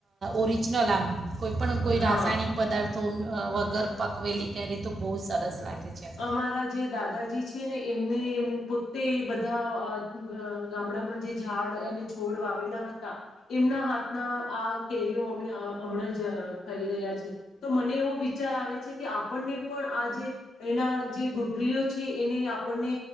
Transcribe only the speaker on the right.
ઓરિજનલ આમ. કોઈ પણ કોઈ
રાસાયણિક પદાર્થ તુમ અહ વગર પકવેલી કેરી તો બહુ સરસ લાગે. છે